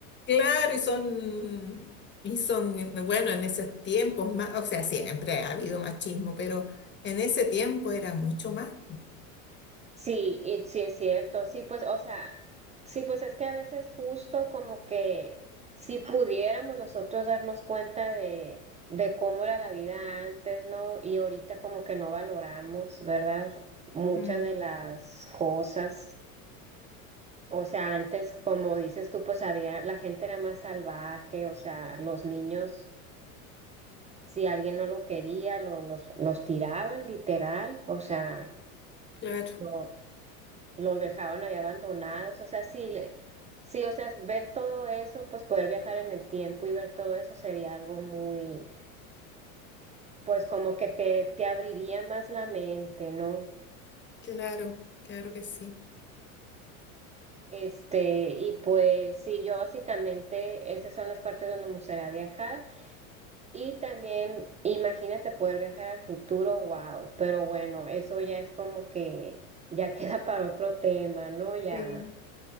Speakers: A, on the left (about 25°); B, on the right (about 15°).
A: claro y son, y son, bueno, en esos tiempos más, o sea, siempre ha habido machismo, pero en ese tiempo era mucho más.
B: sí, y sí es cierto, sí, pues, o sea, sí, pues es que a veces justo como que si pudiéramos nosotros darnos cuenta de, de cómo era la vida antes, ¿no? Y ahorita como que no valoramos, ¿verdad? Muchas
A: Mm.
B: de las cosas. O sea, antes, como dices tú, pues había, la gente era más salvaje, o sea, los niños. Si alguien no lo quería, lo- los, los tiraban literal, o sea,
A: Claro,
B: lo- los dejaban ahí abandonados, o sea, sí, le, sí, o sea, ver todo eso, pues poder viajar en el tiempo y ver todo eso sería algo muy, pues como que te, te abriría más la mente, ¿no?
A: claro, claro que sí.
B: Este, y pues sí, yo básicamente, esas son las partes donde me gustaría viajar. Y también imagínate poder viajar al futuro, wow, pero bueno, eso ya es como que ya <laughs> queda para otro tema, ¿no? Ya,
A: Sí.